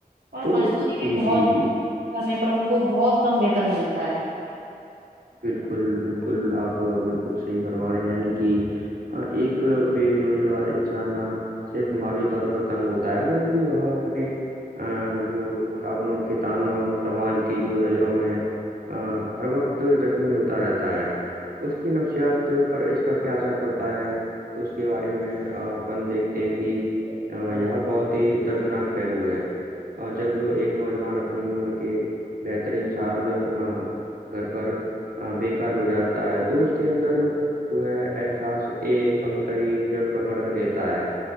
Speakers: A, on the right; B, on the right.
A: اور
B: تو
A: مزدوری
B: جی
A: بھی
B: جی
A: بہت
B: جی
A: زیادہ کرنے پر ان کو بہت کم ویتن ملتا ہے
B: بالکل بالکل آپ بالکل صحیح فرما رہے ہیں یعنی کہ ایک بے روزگار انسان نہ صرف مالی طور پر تنگ ہوتا ہے بلکہ وہ اپنے ا جو مطلب اپن کتانوں سماج کی جو نظروں میں ا ہر وقت زخمی ہوتا رہتا ہے اس کی نفسیات پر اس کا کیا اثر پرتا ہے اس کے بارے میں اپن دیکھتے ہیں کہ ہ یہ بہت ہی دردناک پہلو ہے اور جب ایک نوجوان اپنی عمر کے بہترین سال گھر ا بےیکار گزارتا ہے تو اس کے اندر جو ہے احساس ایک کمتری جڑ پکڑ لیتا ہے